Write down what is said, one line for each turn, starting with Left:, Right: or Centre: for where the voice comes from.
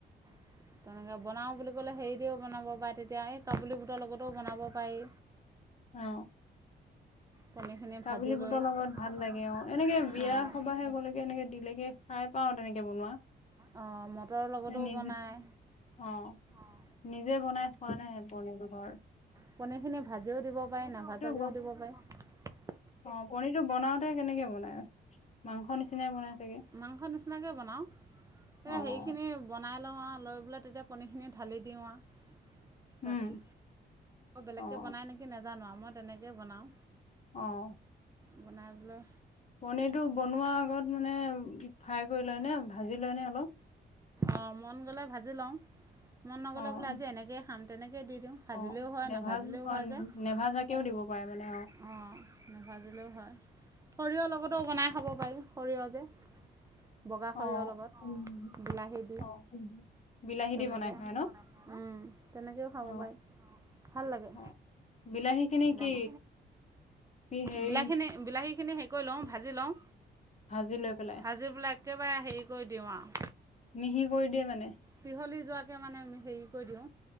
Right: <inaudible> তেনেকৈ বনাওঁ বুলি ক'লে হেৰি দিও বনাব পাৰে তেতিয়া এই কাবুলি বুটৰ লগতও বনাব পাৰি।
Left: অ।
Right: পনীৰখিনি
Left: কাবিলি
Right: ভাজি লৈ
Left: বুটৰ
Right: অঁ
Left: লগত ভাল লাগে অ, এনেকে বিয়া সবাহে গলেকে এনেকে দিলেকে খাই পাও নেকে বনোৱা
Right: অঁ মটৰৰ লগতো
Left: এ নিজে
Right: বনায়,
Left: অ'
Right: অঁ
Left: নিজে বনাই খোৱা নাই পনীৰটো ঘৰ
Right: পনীৰখিনি ভাজিও দিব পাৰি নাভাজাকেও
Left: ব
Right: দিব পাৰে।
Left: অ পনিৰটো বনাওতে কেনেকে বনাই, মাংস নিচিনাই বনাই চাগে
Right: মাংস নিচিনাকৈ বনাওঁ,
Left: অ'
Right: এই হেৰিখিনি বনাই লওঁ আৰু লৈ পেলাই তেতিয়া পনীখিনি ঢালি দিওঁ আৰু।
Left: উম
Right: তাতেই, বেলেগকৈ
Left: অ'
Right: বনায় নেকি নাজানো আৰু মই তেনেকৈ বনাওঁ।
Left: আহ।
Right: বনাই বলৈ
Left: পনিৰটো বনোৱাৰ আগত মানে ফ্ৰাই কৰি লয় নে, ভাজি লয় নে অলপ?
Right: অ মন গ'লে ভাজি লওঁ। মন নগ'লে
Left: অ'
Right: বোলে আজি এনেকৈয়ে খাম তেনেকয় দি দিও ভাজিলেও
Left: অ'
Right: হয়
Left: নেভাজ
Right: নাভাজিলেও হয়
Left: অ'
Right: যায়।
Left: নেভাজাকেও দিব পাৰে মানে
Right: অ, নাভাজিলেও হয় সৰিয়হৰ লগতো বনাই খাব পাৰি। সৰিয়হ যে, বগা
Left: অ'
Right: সৰিয়হৰ লগত,
Left: অ'
Right: বিলাহী দি।
Left: অ'। বিলাহী
Right: তেনেকে,
Left: দি বনাই খাই ন?
Right: উম, তেনেকেও খাব
Left: অ',
Right: পায়। ভাল লাগে,
Left: অ'। বিলাহী খিনি
Right: জানা
Left: কি পি হেৰি
Right: বিলাহীখিনি, বিলাহীখিনি হেৰি কৰি লওঁ ভাজি লওঁ।
Left: ভাজি লৈ পেলাই
Right: ভাজি পেলাই একেবাৰে হেৰি কৰি দিওঁ আ
Left: মিহি কৰি দিয়ে মানে।
Right: পিহলি যোৱাকৈ মানে হেৰি কৰি দিও,